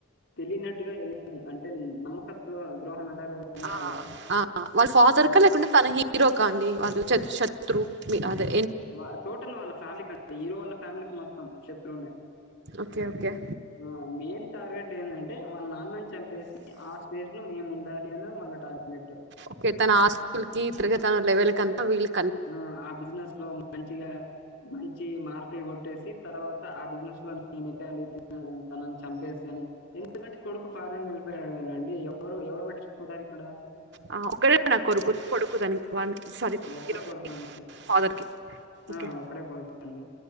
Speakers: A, on the left; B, on the right.
A: తెలియనట్టుగా ఎనిమి అంటే నమ్మక ద్రో ద్రోహం అంటారు కదండి
B: ఆ
A: అలా
B: వాళ్ళ ఫాదర్
A: హ్మ్.
B: కా లేకుంటే తనకీ హీరో కా అండి వాళ్ళ చత్ శత్రు మీ ఆదే
A: వా టోటల్ వాళ్ళ ఫ్యామిలి క హీరో వాళ్ళ ఫ్యామిలీకి మొత్తం శత్రువునే
B: ఓకే ఓకే
A: ఆ మెయిన్ టార్గెట్ ఏందం టే వాళ్ళ నాన్నన్ చంపేసి ఆ స్టేజ్ ట్ లో మేము ఉండాలి అన్నది వాళ్ళ టార్గెట్
B: ఓకే తన ఆస్తులకి తరగ తన లవెల్ కంతా వీళ్
A: ఆ ఆ బిజినెస్ లో మంచిగా మంచి మార్కులు కొట్టేసి తర్వాత ఆ బిజినెస్ లో నేను ఎెదగాలి తనని చంపేసి అని ఎందుకంటే కొడుకు ఫారెన్ వెళ్ళిపోయాడు కదండి ఎవరు ఎవరు పట్టించుకుంటారు ఇక్కడ
B: ఆ ఒకడే నా కొరుకు కొడుకు తన్ వాళ్ళకి సారీ హీరో
A: ఒకడే కొడుతండి
B: ఫాదర్ కి
A: ఆ
B: ఓకే
A: ఒక్కడే కొడుకుండి